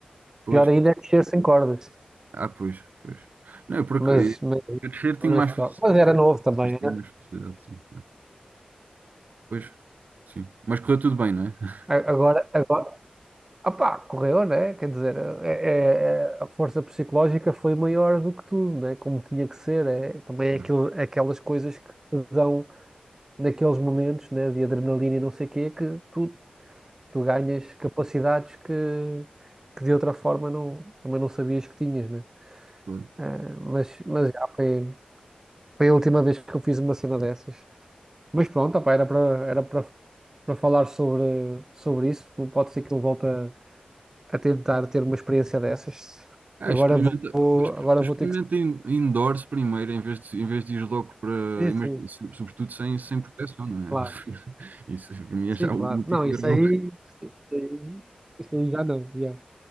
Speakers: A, on the right; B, on the right.
A: pois,
B: Pior ainda
A: claro.
B: é descer sem cordas.
A: Ah, pois, pois. Não, é porque
B: Mas, mas,
A: eu descer tenho
B: mas,
A: mais
B: pá,
A: facilidade.
B: mas era novo também,
A: Tenho
B: né?
A: mais facilidade, sim. Pois, sim. Mas correu tudo bem, não é? <laughs>
B: A- Agora, agora, Ah pá, correu, né? Quer dizer, é- é- é- a força psicológica foi maior do que tudo, né? Como tinha que ser. É, também
A: Claro,
B: é aquilo- aquelas coisas que te dão naqueles momentos, né? De adrenalina e não sei o quê, que tu, tu ganhas capacidades que, que de outra forma não, também não sabias que tinhas, né?
A: claro.
B: É, mas, mas já foi, foi a última vez que eu fiz uma cena dessas. Mas pronto, opá, era para era para para falar sobre, sobre isso. Pode ser que eu volte a a tentar ter uma experiência dessas.
A: É,
B: Agora
A: experimenta,
B: vou,
A: exper-
B: agora
A: experimenta
B: vou ter que.
A: in- indoors primeiro, em vez de, em vez de ir logo para.
B: Sim,
A: imag-
B: sim,
A: so- Sobretudo sem, sem proteção, não é?
B: claro.
A: <laughs> Isso para mim é
B: Sim,
A: já o
B: claro.
A: último
B: Não,
A: grau.
B: isso aí,
A: <laughs>
B: isso aí, isso aí já não. já.